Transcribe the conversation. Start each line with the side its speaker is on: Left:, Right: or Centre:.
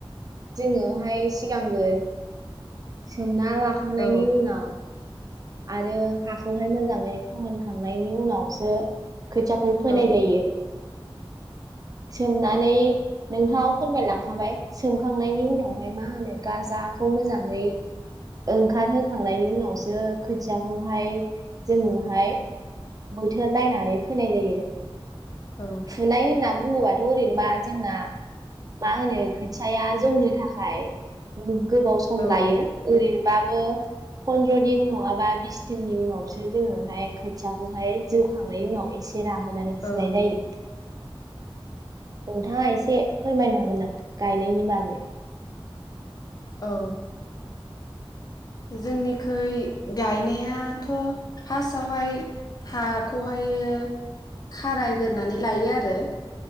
Right: जोङोहाय सिगांगोर सोमना ना लाखांनायनि
Left: औ
Right: उनाव आरो हाखौहाय मोजाङै फोमोनखांनायनि उनावसो खोथियाखौ फोनाय
Left: औ
Right: जायो सोमनानै नोंथाङाव फोरमायलांखाबाय सोम खांनायनि उनावहाय मा होनो गाजा खौ मोजाङै ओंखार खांनायनि उनावसो खोथियाखौहाय जोङोहाय बोथोर नायनानै फोनाय जायो
Left: औ
Right: फुनाय होना बुङोबाथ' ओरैनोबा जोंना मा होनो खोथिाया जौनो थाखाय गोबाव सम
Left: औ
Right: लायो ओैरैनो बाबो फन्द्र दिन नङाबा बिस दिननि उनावसो जोङोहाय खोथियाखौहाय जौखांनायनि उनाव एसे जेरा होनानै
Left: औ
Right: फुनाय जायो नोंथाङा एसे फोरमायनो हागोन नामा गायनायनि बागै
Left: औ जोंनिखै गायनायाथ' फार्स्टआवहाय हाखौहायो खारायग्रोरोनानै लायो आरो